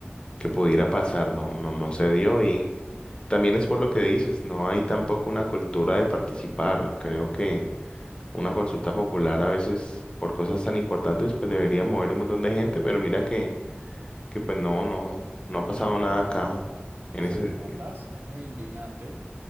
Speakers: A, on the left; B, on the right.
A: que pudiera pasar, no, no, no se dio. Y también es por lo que dices, no hay tampoco una cultura de participar. Creo que una consulta popular a veces por cosas tan importantes, pues debería mover un montón de gente, pero mira que, que pues no, no, no ha pasado nada
B: sí.
A: acá en
B: Eso
A: ese
B: que
A: sentido.
B: me contás es muy indignante,